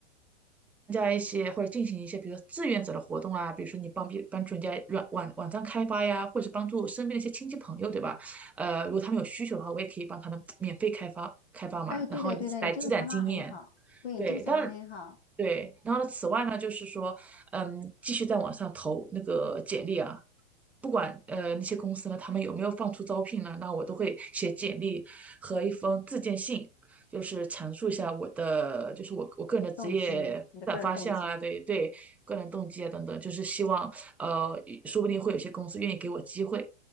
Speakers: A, in the centre; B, on the left (about 65°).
A: 参加一些或者进行一些，比如说志愿者的活动啊，比如说你帮别帮助人家软网网站开发呀，或者是帮助身边的一些亲戚朋友，对吧？呃，如果他们有需求的话，我也可以帮他们免费开发开发嘛，
B: 哎，对的，
A: 然后以此来积攒经验。
B: 对的，你这个想法很好，对你这个想法很好，
A: 对，但是对，然后呢，此外呢，就是说，嗯，继续在网上投那个简历啊，不管呃那些公司呢，他们有没有放出招聘呢，那我都会写简历和一封自荐信，就是阐述一下我的，就是我我个人的职业发展方向啊，
B: 动机，你的个人动机，
A: 对对，个人动机啊等等，就是希望呃，说不定会有些公司愿意给我机会。